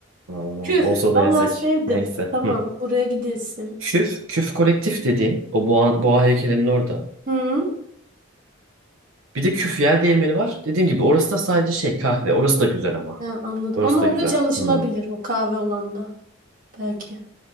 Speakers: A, on the right; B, on the right.
A: Vallahi.
B: Küf.
A: Olsa
B: Allah
A: da yesek.
B: sevdim.
A: Neyse.
B: Tamam.
A: Hı.
B: Buraya gidilsin.
A: Küf, küf kolektif dediğim o boğa, boğa heykelinin orada.
B: Hı.
A: Bir de küf yer değirmeni var. Dediğim gibi orası da sadece şey kahve. Orası da güzel ama.
B: Ha, anladım.
A: Orası
B: Ama
A: da
B: orada
A: güzel.
B: çalışılabilir
A: Hı.
B: o kahve olanda. Belki.